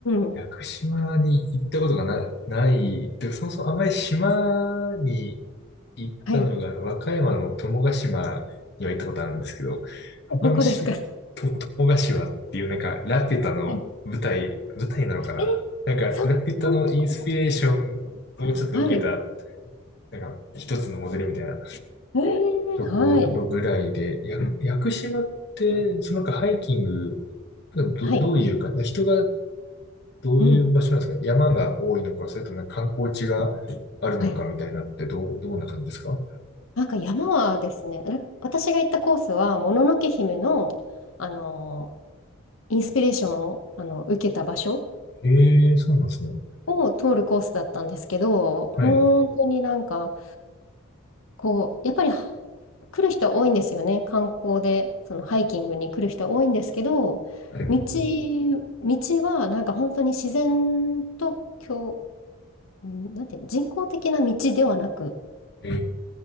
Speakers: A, on the left (about 75°); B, on the left (about 50°).
A: ん。
B: 屋久島に行ったことがな、ない、でそもそもあんまり島に行ったのが、
A: はい。
B: 和歌山の友ヶ島には行ったことあるんですけど、他のし、
A: どこですかは
B: と、友ヶ島っていうなんか、ラピュタの舞台、
A: い
B: 舞台なのかななんか、
A: え、そう、
B: ラピュタのインスピレーションをちょっと受けた、
A: こんなところだ。はい。
B: なんか、一つのモデルみたいな
A: えー、
B: ところぐらいで、
A: はい。
B: や、屋久島って、そのなんかハイキング、ど、
A: はい。
B: どういうか、人がどういう場所なんですかね山が多いのか、
A: うん。
B: それともなんか観光地があるのかみたいなって、
A: はい
B: どう、どんな感じですか
A: なんか山はですね、な私が行ったコースは、もののけ姫の、あの、インスピレーションを、あの、受けた場所
B: ええーそうなんですね。
A: を通るコースだったんですけど、
B: はい。
A: 本当になんか、こう、やっぱりは来る人多いんですよね。観光で、そのハイキングに来る人多いんですけど、
B: はい。
A: 道、道はなんか本当に自然と、今日、んなんていうの、人工的な道ではなく、
B: えー